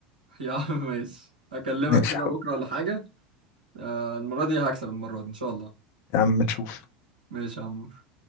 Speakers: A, on the right; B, on the left.
A: <laughs> يا عم ماشي اكلمك
B: ماشي
A: كده بكره ولا حاجه آه، المره دي هكسب المره دي ان شاء الله
B: يا عم تشوف
A: ماشي يا عمور